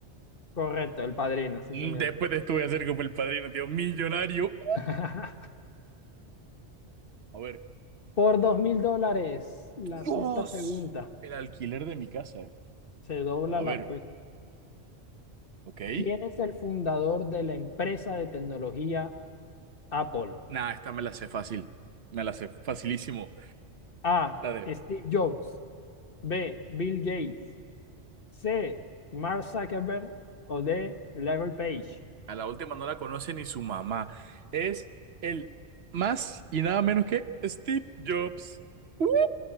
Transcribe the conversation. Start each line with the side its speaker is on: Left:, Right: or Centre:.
Left: Correcto, El Padrino, sí,
Right: Mm,
Left: señor.
Right: Después de esto voy a ser como El Padrino, tío, millonario.
Left: <laughs>
Right: A ver,
Left: Por dos mil dólares, la
Right: Dios,
Left: sexta pregunta.
Right: el alquiler de mi casa, ¿eh?
Left: Se dobla
Right: A
Left: la
Right: ver,
Left: apuesta.
Right: ok.
Left: ¿Quién es el fundador de la empresa de tecnología Apple?
Right: Nah, esta me la sé fácil, me la sé facilísimo.
Left: A.
Right: La de,
Left: Steve Jobs. B. Bill Gates. C. Mark Zuckerberg. O D. Larry Page.
Right: a la última no la conoce ni su mamá. Es el más y nada menos que Steve Jobs. ¡Uh!